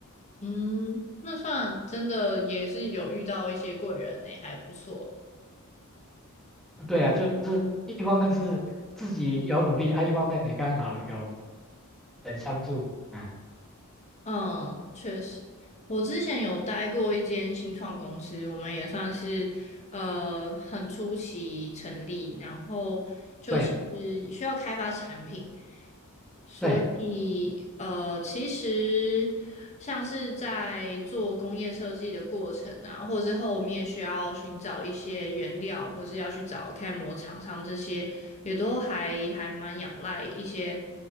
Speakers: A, on the left; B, in the centre.
A: 嗯，那算真的也是有遇到一些贵人呢、还不错。
B: 对啊，就是一方面是自己有努力，啊，一方面也刚好有人相助，啊，
A: 嗯，确实，我之前有待过一间新创公司，我们也算是呃很初期成立，然后就是
B: 对
A: 需要开发产品。所以，
B: 对，
A: 呃，其实像是在做工业设计的过程啊，或者是后面需要寻找一些原料，或是要去找开模厂商这些，也都还还蛮仰赖一些